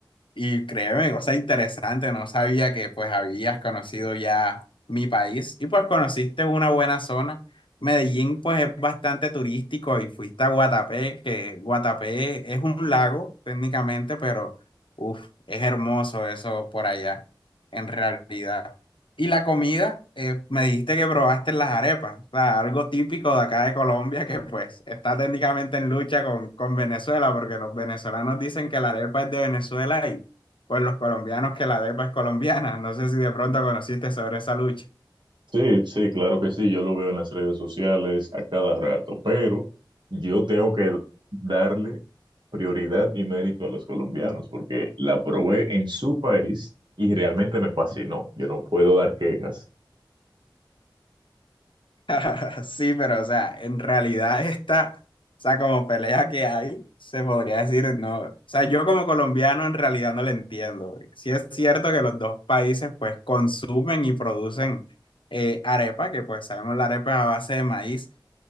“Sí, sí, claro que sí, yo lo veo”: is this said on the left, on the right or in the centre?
Right